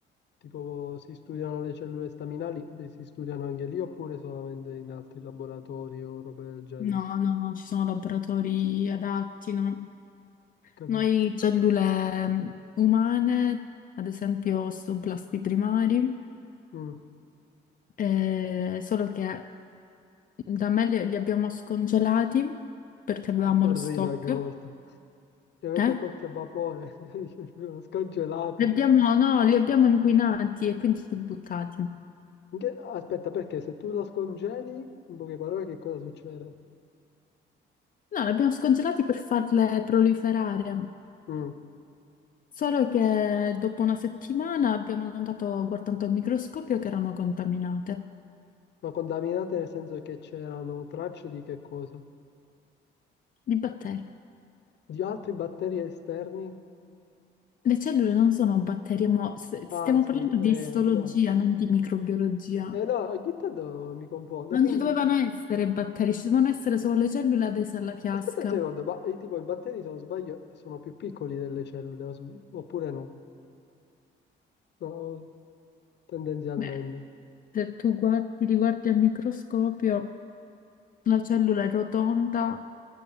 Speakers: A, on the left; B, on the left.
A: tipo si studiano le cellule staminali, le si studiano anche lì oppure solamente in altri laboratori o robe del genere.
B: No, no, no, ci sono laboratori adatti, no?
A: Capito?
B: Noi cellule mm, umane, ad esempio osteoblasti primari,
A: Mm,
B: eh, solo che Da me li, li abbiamo scongelati perché
A: <laughs>
B: avevamo
A: mi fa
B: lo
A: ridere
B: stock.
A: ogni volta. Che avete
B: Eh?
A: cotti a vapore, <laughs> lo scongelate.
B: Li abbiamo, no, li abbiamo inquinati e quindi buttati. No,
A: Che- Aspetta, perché se tu lo scongeli, in poche parole, che cosa succede?
B: li abbiamo scongelati per farle proliferare.
A: Mm.
B: Solo che dopo una settimana abbiamo notato, guardando al microscopio, che erano contaminate
A: Ma contaminate nel senso che c'erano tracce di che cosa?
B: di batteri.
A: Di altri batteri esterni?
B: Le cellule non sono batteri, mo- s- stiamo
A: Ah, sì,
B: parlando
A: eh,
B: di istologia,
A: no.
B: non di microbiologia.
A: Eh, no, ogni tanto mi confondo.
B: Non
A: Quindi,
B: ci dovevano essere batteri, ci dovevano essere solo le cellule adese alla piasca.
A: aspetta un secondo, ma eh, tipo i batteri, se non sbaglio, sono più piccoli delle cellule, o s- oppure no? No, tendenzialmente.
B: Beh. se tu guardi, li guardi al microscopio, la cellula è rotonda